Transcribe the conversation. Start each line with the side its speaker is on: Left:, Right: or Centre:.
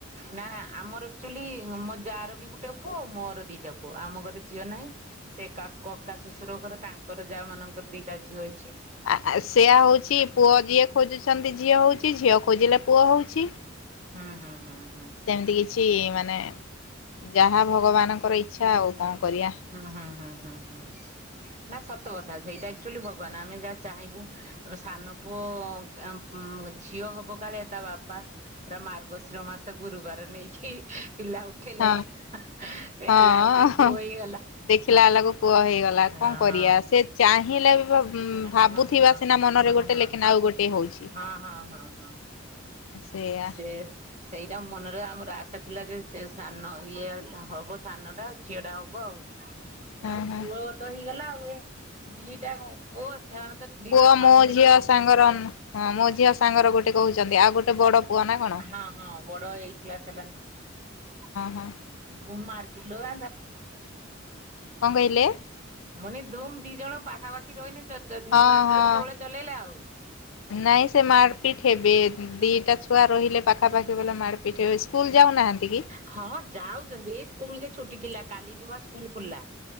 Right: ନା ଆମର ଆକ୍ଚୁଆଲି ମୋ ଯା ର ବି ଗୋଟେ ପୁଅ ଆଉ ମୋର ଦିଟା ପୁଅ ଆମ ଘରେ ଝିଅ ନାହିଁ। ସେ କା କକା ଶ୍ୱଶୁର ଘରେ ତାଙ୍କର ଯା ମାନଙ୍କର ଦିଟା ଝିଅ ହେଇଛି।
Left: ଆ ସେଇଆ ହୋଉଛି ପୁଅ ଯିଏ ଖୋଜୁଛନ୍ତି ଝିଅ ହେଉଛି ଝିଅ ଖୋଜିଲେ ପୁଅ ହେଉଛି।
Right: ହୁଁ ହୁଁ ହୁଁ।
Left: ସେମିତି କିଛି ମାନେ ଯାହା ଭଗବାନଙ୍କର ଇଚ୍ଛା ଆଉ କଣ କରିବା।
Right: ହୁଁ ହୁଁ ହୁଁ ହୁଁ ହୁଁ ନା ସତ କଥା ସେଇଟା ଆକ୍ଚୁଆଲି ଭଗବାନ ଆମେ ଯାହା ଚାହିଁବୁ ସାନ ପୁଅ ଉ ମ ଝିଅ ହବ କଳେ ତା ବାପା ପୁରା ମାର୍ଗଶିର ମାସ ଗୁରୁବାର ନେଇକି ପିଲା ଉଠ ଠେଇଲେ
Left: ହଁ
Right: ଦେଖିଲାବେଳକୁ
Left: ହଁ
Right: ପୁଅ ଏଇ
Left: ଦେଖିଲା ବେଳକୁ ପୁଅ ହେଇଗଲା
Right: ହଁ
Left: କଣ କରିବା
Right: ହଁ
Left: ସେ ଚାହିଁଲେ ବି ଭ ହୁଁ ଭାବୁଥିବା
Right: ହଁ ହଁ।
Left: ସିନା ମନରେ
Right: ହଁ
Left: ଗୋଟେ
Right: ହଁ
Left: ଲେକିନ ଆଉ ଗୋଟେ ହଉଛି।
Right: ହଁ ହଁ ହଁ ହଁ
Left: ସେଇଆ
Right: ସେ ସେଇଟା ମନରେ ଆମର ଆଶା ଥିଲା ଯେ ସେ ସାନ ଇଏ ହବ ସାନଟା ଝିଅଟା ହବ ଆଉ।
Left: ହଁ
Right: ଆଉ
Left: ହଁ
Right: ପୁଅ ତ ହେଇଗଲା ଆଉ ଏ ଦିଟା କଣ ପୁଅ ସେମାନେ ତ ଦି
Left: ପୁଅ
Right: ଜଣ ମାରପିଟ
Left: ମୋ ଝିଅ
Right: ଲାଗି
Left: ସାଙ୍ଗର ହଁ ମୋ ଝିଅ ସାଙ୍ଗର ଗୋଟେ କହୁଛନ୍ତି ଆଉ ଗୋଟେ ବଡ ପୁଅ ନା କଣ
Right: ହଁ ହଁ ବଡ ଏଇଟ୍ କ୍ଲାସ ହେଲାଣି।
Left: ହଁ
Right: ଧୁ ମାର ପିଲଉ <unintelligible>
Left: କଣ କହିଲେ?
Right: ମାନେ ଧୂମ ଦି ଜଣ ପାଖାପାଖି ରହିଲେ ଚ ଚ
Left: ହଁ
Right: ମାରିପିଟ
Left: ହଁ
Right: ସବୁବେଳେ ଚଲେଇଲେ ଆଉ।
Left: ନାଇଁ ସେ ମାରପିଟ ହେବେ ଦିଟା ଛୁଆ ରହିଲେ ପାଖାପାଖି ବଲା ମାରପିଟ ହେବେ ସ୍କୁଲ ଯାଉନାହାନ୍ତି କି?
Right: ହଁ ଯାଉଛନ୍ତି ଏଇ ସ୍କୁଲ ଯେ ଛୁଟି ଥିଲା କାଲିଠୁ ବା ସ୍କୁଲ ଖୋଲିଲା।